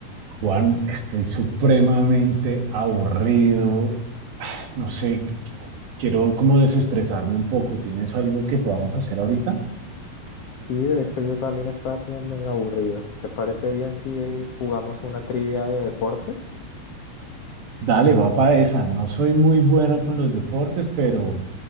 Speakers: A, on the right; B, on the left.
A: Juan, estoy supremamente aburrido. No sé, quiero como desestresarme un poco. ¿Tienes algo que podamos hacer ahorita?
B: Y de hecho yo también estaba como medio aburrido. ¿Te parece bien si eh, jugamos una trivia de deportes?
A: Dale, va para esa. No soy muy bueno con los deportes, pero